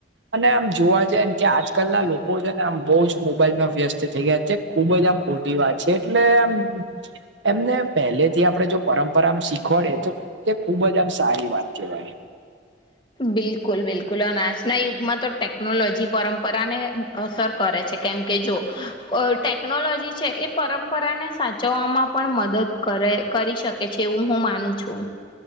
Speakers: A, on the right; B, on the left.
A: અને આમ જોવા જાયને કે આજકાલ ના લોકો છે ને આમ બહુ જ મોબાઈલમાં વ્યસ્ત થઈ ગયા છે. ખુબજ આમ ખોટી વાત છે એટલે આમ. એમને પહેલે થી આપડે જો પરંપરામ શીખવાડે તો, તે ખુબજ આમ સારી વાત કેવાય.
B: બિલકુલ બિલકુલ અને આજના યુગમાં તો ટેકનોલોજી પરંપરાને, અસર કરે છે કેમ કે જો ટેકનોલોજી છે એ પરંપરાને, સાચવવામાં પણ મદદ કરે કરી શકે છે એવું હું માનું છું.